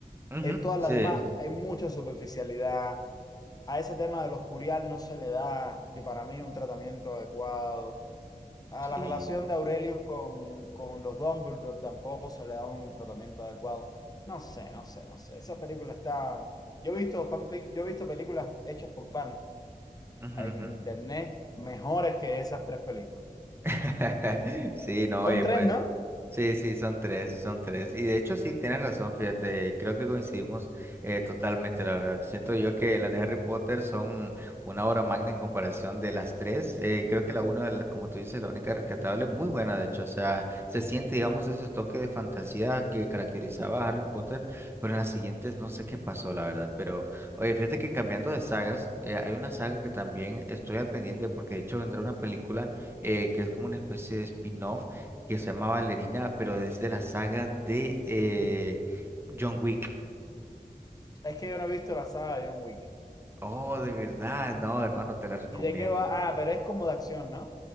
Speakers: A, on the right; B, on the left.
A: ujú,
B: En todas
A: Sí.
B: las demás hay mucha superficialidad. A ese tema de los curial no se le da, yo para mí, un tratamiento adecuado. A
A: Sí.
B: la relación de Aurelius con, con los Dumbledore tampoco se le da un tratamiento adecuado. No sé, no sé, no sé. Esa película está... Yo he visto fanfic, yo he visto películas hechas por fans
A: Ujú,
B: en
A: ujú.
B: internet mejores que esas tres películas.
A: <laughs> Sí, no,
B: Son
A: oye,
B: tres,
A: pues.
B: ¿no?
A: Sí, sí, son tres, son tres. Y de hecho, sí, tienes razón, fíjate, creo que coincidimos eh, totalmente, la verdad. Siento yo que las de Harry Potter son una obra magna en comparación de las tres. Eh, creo que la una, la- como tú dices, la única rescatable, muy buena, de hecho. O sea, se siente, digamos, ese toque de fantasía que caracterizaba a Harry Potter, pero en las siguientes no sé qué pasó, la verdad. Pero, oye, fíjate que cambiando de sagas, eh, hay una saga que también estoy al pendiente porque de hecho vendrá una película eh, que es como una especie de spin-off que se llama Valerina, pero es de la saga de eh, John Wick.
B: Es que yo no he visto la saga de John Wick.
A: Oh, de verdad, no, hermano, te la recomiendo.
B: ¿Y de qué va? Ah, pero es como de acción, ¿no?